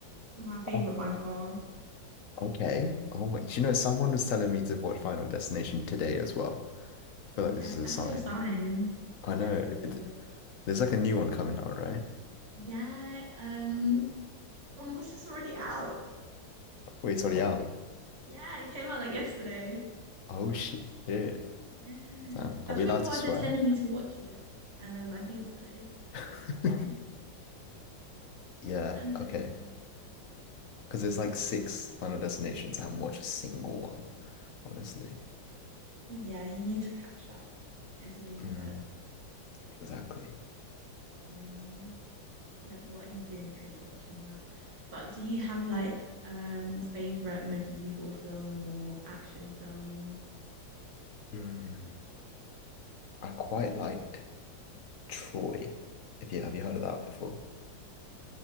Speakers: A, on the right; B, on the left.
A: my favorite
B: Oh,
A: by far.
B: okay. Oh, wait. You know, someone was telling me to watch Final Destination today as well. I feel
A: You
B: like
A: def
B: this is a
A: that's
B: sign.
A: your sign.
B: I know.
A: Definitely watch
B: It,
A: it.
B: there's like a new one coming out, right?
A: Yeah. Um. Oh my gosh, it's already out.
B: Wait, it's already out.
A: Yeah, it came out like yesterday.
B: Oh, shit. Yeah.
A: Yeah.
B: Damn. Are
A: That's
B: we
A: probably
B: allowed
A: why
B: to swear?
A: they're telling you to watch it. Um, I think so.
B: <laughs>
A: Yeah. <clears throat>
B: Yeah.
A: <laughs> I'm so
B: Okay.
A: dead.
B: Because there's like six Final Destinations. I haven't watched a single one, honestly.
A: Yeah, you need to catch up. It's really
B: Mm.
A: good.
B: Exactly.
A: Mm, like, what are you doing if you're not watching that? But do you have like um favorite medieval film or action film?
B: Mm. I quite liked Troy. If you have you heard of that before?